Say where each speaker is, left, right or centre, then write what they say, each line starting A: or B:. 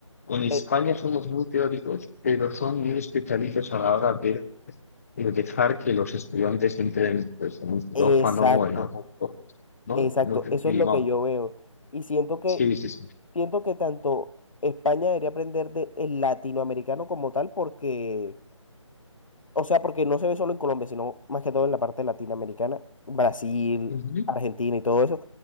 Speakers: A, on the left; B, on the left.
A: en España
B: e-
A: somos muy teóricos, pero son muy especialistas a la hora de, de dejar que los estudiantes entren pues, en un quirófano
B: exacto,
A: o en algo, ¿no?
B: exacto.
A: No sé
B: Eso
A: si,
B: es lo
A: vamos.
B: que yo veo. Y siento que,
A: Sí, sí, sí.
B: siento que tanto España debería aprender de, el latinoamericano como tal, porque, o sea, porque no se ve solo en Colombia, sino más que todo en la parte latinoamericana, Brasil,
A: Ujú,
B: Argentina y todo eso.